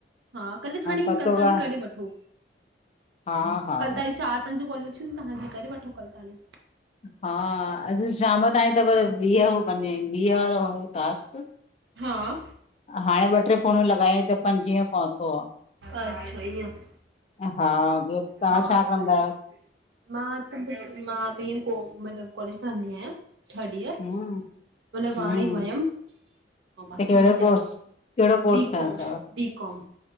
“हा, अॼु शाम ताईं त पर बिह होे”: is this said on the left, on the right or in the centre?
Left